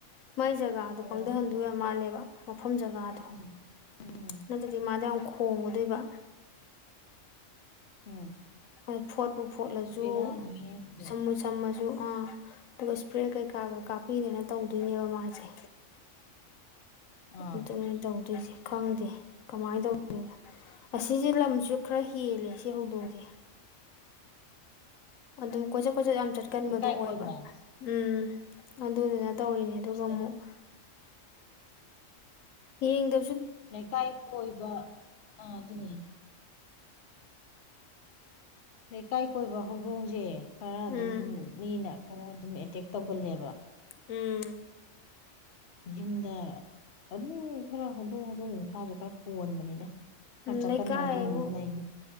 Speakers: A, on the left (about 85°); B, on the left (about 55°).
A: ꯃꯥꯏ ꯖꯒꯥꯗꯣ
B: ꯑꯣ
A: ꯄꯪꯊꯍꯟꯗꯣꯏꯕ ꯃꯥꯜꯂꯦꯕ ꯃꯐꯝ ꯖꯒꯥꯗꯣ
B: ꯎꯝ ꯎꯝ
A: ꯍꯥꯏꯗꯤ ꯃꯥꯗ ꯌꯥꯝ ꯈꯣꯡꯒꯗꯣꯏꯕ
B: ꯎꯝ
A: ꯑꯣ ꯐꯣꯠ ꯨ ꯐꯣꯠꯂꯁꯨ
B: ꯑꯁ ꯕꯦꯔꯥꯅꯤꯍꯦ ꯑꯗꯨꯗꯤ
A: ꯁꯃꯨ ꯁꯃ ꯁꯨ ꯑꯥ ꯑꯗꯨꯒ ꯏꯁꯄ꯭ꯔꯦ ꯀꯩꯀꯥꯒ ꯀꯥꯞꯄꯤꯗꯅ ꯇꯧꯗꯣꯏꯅꯦꯕ ꯃꯥꯁꯦ
B: ꯑꯥ
A: ꯑꯗꯨꯅ ꯇꯧꯗꯣꯏꯁꯦ ꯈꯪꯗꯦ ꯀꯃꯥꯏꯅ ꯇꯧꯣꯏꯅꯅꯣ ꯑꯁꯤꯁꯦ ꯂꯝꯁꯨ ꯈꯔ ꯍꯦꯜꯂꯦ ꯁꯤ ꯍꯧꯗꯣꯡꯁꯦ ꯑꯗꯨꯝ ꯀꯣꯏ ꯈꯣꯏꯆꯠ ꯌꯥꯝ ꯆꯠꯀꯟꯕꯗꯨꯣ
B: ꯂꯩꯀꯥꯏ
A: ꯑꯣꯏꯕ
B: ꯀꯣꯏꯕ꯭ꯔꯥ
A: ꯎꯝ ꯑꯗꯨꯗ ꯇꯧꯔꯤꯅꯦ ꯑꯗꯨꯒ
B: ꯑꯁ
A: ꯑꯃꯨꯛ ꯌꯦꯡꯗ
B: ꯂꯩꯀꯥꯏ ꯀꯣꯏꯕ ꯑ ꯑꯗꯨꯅꯦ ꯂꯩꯀꯥꯏ ꯀꯣꯏꯕ ꯍꯧꯗꯣꯡꯁꯦ ꯈꯔ ꯑꯗꯨꯝ
A: ꯎꯝ
B: ꯃꯤꯅ ꯈꯔ ꯑꯗꯨꯝ ꯑꯦꯇꯦꯛ ꯇꯧꯒꯜꯂꯦꯕ
A: ꯎꯝ
B: ꯌꯨꯝꯗ ꯑꯗꯨꯝ ꯈꯔ ꯍꯧꯗꯣꯛ ꯍꯧꯗꯣꯡ ꯃꯈꯥꯁꯨ ꯈꯔ ꯄꯣꯟꯕꯅꯤꯅ
A: ꯎꯝ
B: ꯆꯀꯟ
A: ꯂꯩꯀꯥꯏꯕꯨ
B: ꯅꯧꯗꯗꯨꯝ ꯂꯩ